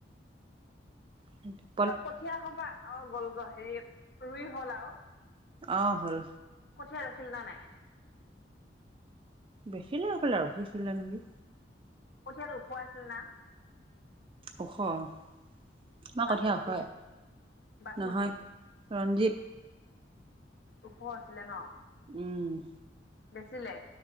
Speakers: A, on the right; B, on the left.
A: সেইটো
B: কঠীয়া সোপা, অ', গ'লগৈ, হেৰি ৰুই হ'ল আৰু।
A: অ', হ'ল।
B: কঠিয়া আছিল না নাই
A: বেছিলে হৈ পলাই আৰু সিঁছিলে নেকি
B: কঠিয়া টো ওখ আছিল না
A: ওখ তোমাৰ
B: বাচমতি
A: কঠীয়া ওখ
B: বাচমতি
A: নহয় ৰঞ্জিত।
B: ওখ আছিলে ন
A: উম
B: বেছিলে